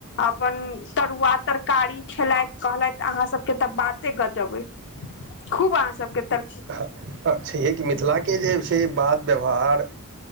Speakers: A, on the left (about 55°); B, on the right (about 55°).
A: अपन तरुआ तरकारी खेलथि कहलथि अहा सब के तऽ बाते गजब अइ। खूब अहाँ सबके तरकी
B: आ छैहे कि मिथिलाके जे छै बात व्यवहार